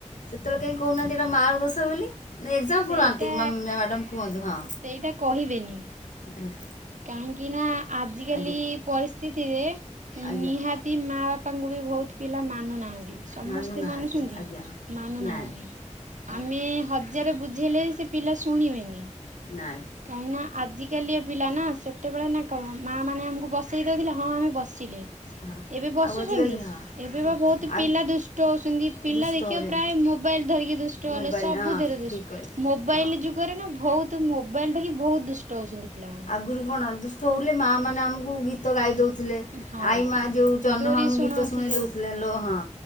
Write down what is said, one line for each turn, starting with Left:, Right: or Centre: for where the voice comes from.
Left: ସେତଲେ କାଇଁ। ସେଟା ମାର ଦୋଷ ବୋଲି। ନା ଏକ୍ଜାମ୍ପଲ୍
Right: ସେଇଟା
Left: ଆଣ୍ଟି ମ୍ୟାଡ଼ାମ୍ କୁହନ୍ତୁ ହଁ
Right: ସେଇଟା କହିବେନି
Left: ହେଲା
Right: କାହିଁକି ନା ଆଜିକାଲି
Left: ଆଜ୍ଞା
Right: ପରିସ୍ଥିତି। ତିରେ।
Left: ଆଜ୍ଞା
Right: ନିହାତି ମା ବାପା। ବାପାଙ୍କୁ ବି ବହୁତ ପିଲା ମାନୁନାହାନ୍ତି। ସମସ୍ତେ
Left: ମାନୁନାହାନ୍ତି
Right: ମାନୁଛନ୍ତି
Left: ଆଜ୍ଞା ହଁ
Right: ମାନୁନାହାନ୍ତି
Left: ନାଇଁ ହେଲା
Right: ଆମେ ହଜ ରେ ବୁଝେଇଲେ ସେ ପିଲା ଶୁଣିବେନି। କାହିଁ
Left: ନାଇଁ
Right: ନା ଆଜିକାଲି ଏ ପିଲା ନା ସେତେବେଳେ ନା କଣ ମା ମାନେ ଆମକୁ ବସେଇ ଦୋଉଥିଲେ ହଁ ଆମେ ବସିଲେ।
Left: ହଁ
Right: ଏବେ ବସୁଚନ୍ତି
Left: ଆଉ ଆଜିକାଲି ହଁ
Right: ଏବେ ବା ବୋହୁତ
Left: ହଁ
Right: ପିଲା ଦୁଷ୍ଟ ହୋଉଚନ୍ତି
Left: ଦୁଷ୍ଟ
Right: ପିଲା ଦେଖିବା
Left: ହେଉଛନ୍ତି
Right: ପ୍ରାୟ ମୋବାଇଲ ଧରିକି ଦୁଷ୍ଟ
Left: ମୋବାଇଲ
Right: ହେଲେ ସବୁଥିରେ
Left: ହଁ
Right: ଦୁ
Left: ଠିକ୍ କହିଲେ
Right: ମୋବାଇଲ
Left: ହଁ
Right: ଯୁଗରେ ନା ଭୋହୁତ୍ ତ ମୋବାଇଲ ଧରି ବୋହୁତ ଦୁଷ୍ଟ ହୋଉଛନ୍ତି ପିଲାମାନେ।
Left: ଆଗରୁ କଣ ଦୁଷ୍ଟ ହୋଉଥିଲେ ମା ମାନେ ଆମକୁ ଗୀତ ଗାଇ ଦୋଉ ଲେ
Right: ହଁ
Left: ଆଈ ମା ଯୋଉ ଜନ୍ହ
Right: ଡୋରି
Left: ମାମୁ
Right: ଶୁଣଉଥିଲେ
Left: ଗୀତ ଶୁଣି ଦୋଉଥିଲେ ଲୋ ହଁ।